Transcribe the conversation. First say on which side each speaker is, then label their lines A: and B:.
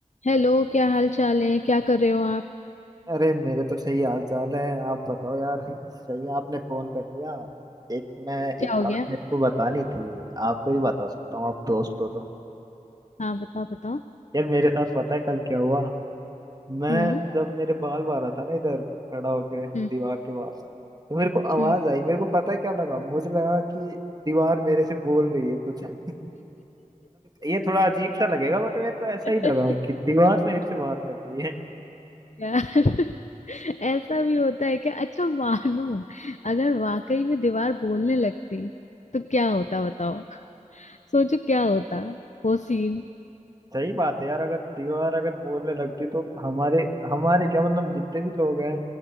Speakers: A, on the left; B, on the right.
A: Hello क्या हाल चाल है क्या कर रहे हो आप
B: अरे मेरे तो सही हाल चाल है आप बताओ यार सही है आपने फोन कर लिया एक मैं
A: क्या
B: एक
A: हो
B: बात
A: गया
B: मेरे को बतानी थी आपको ही बता सकता हूँ आप दोस्त हो तो
A: हाँ बताओ बताओ
B: यार मेरे साथ पता है कल क्या हुआ मैं
A: हम्म
B: जब मेरे बाल बाल रहा था ना इधर खड़ा होके दीवार
A: हम्म
B: के पास तो मेरे को आवाज
A: हम्म
B: आई मेरे को पता है क्या लगा मुझे लगा कि दीवार मेरे से बोल रही है कुछ <laughs> मतलब ये थोड़ा अजीब सा लगेगा बट मेरे को ऐसा
A: <laughs>
B: ही लगा कि दीवार मेरे से बात कर रही है
A: यार ऐसा भी होता है क्या अच्छा मानो अगर वाकई में दीवार बोलने लगती तो क्या होता बताओ <laughs> सोचो क्या होता वो सीन
B: सही बात है यार अगर दीवार अगर बोलने लगती तो हमारे हमारे क्या मतलब जितने भी लोग हैं